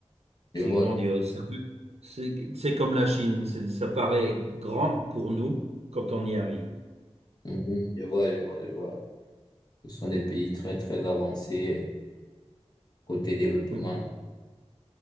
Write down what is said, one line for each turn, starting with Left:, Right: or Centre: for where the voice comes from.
Right: c'est
Left: Je vois,
Right: grandiose.
Left: je vois.
Right: C'est un peu- c'est, c'est comme la Chine, c'est- ça paraît grand pour nous quand on y arrive.
Left: Mhm, je vois, je vois, je vois. Ce sont des pays très, très avancés côté développement.
Right: Mhm.